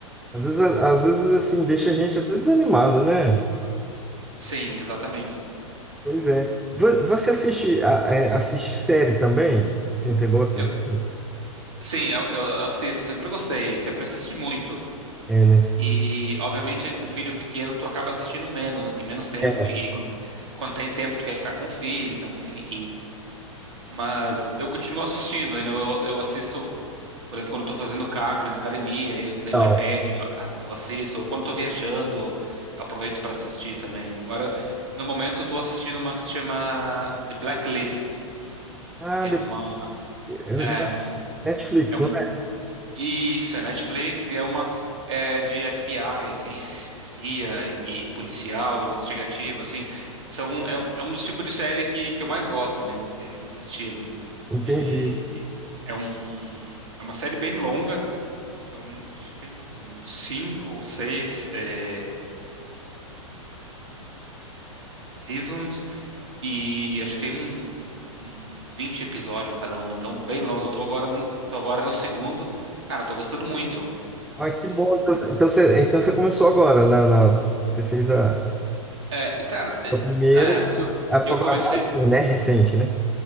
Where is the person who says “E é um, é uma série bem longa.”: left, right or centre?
Right